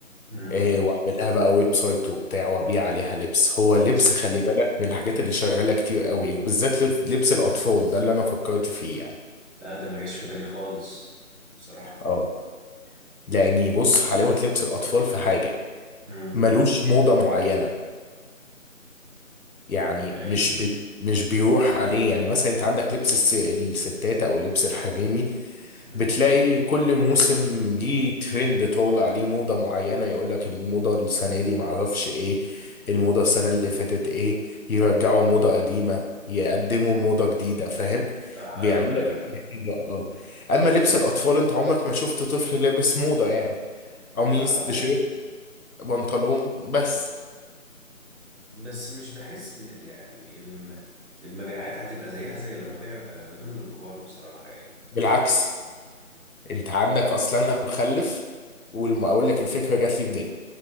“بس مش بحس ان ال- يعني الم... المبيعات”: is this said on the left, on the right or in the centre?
Right